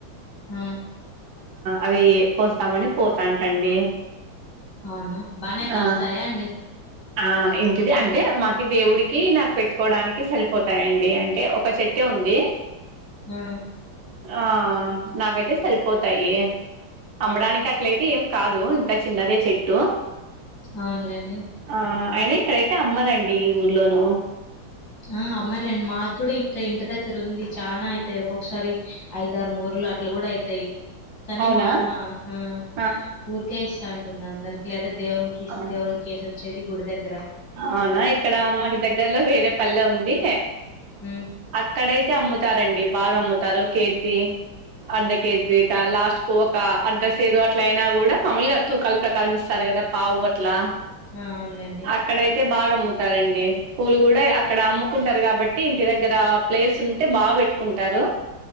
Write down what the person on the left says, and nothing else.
ఆ
అవునా బానే కాస్తాయా
అండి
ఆ
అవునులేండి
ఆ అమ్మర్లేన్డి మాగ్ కూడా ఇక్క ఇంటి దగ్గర ఉంది చానా అయితాయి ఒక్కొక్కసారి ఐదారు మూరలు అట్లా కూడా అయితాయి కానీ
మా అమ్మ ఆ
ఊరికే ఇస్తాంటుంది అందరికి లేదా దేవునికిస్
దేవునికేసొచ్చేది గుడి దగ్గర
ఉమ్
ఆ అవునులేండి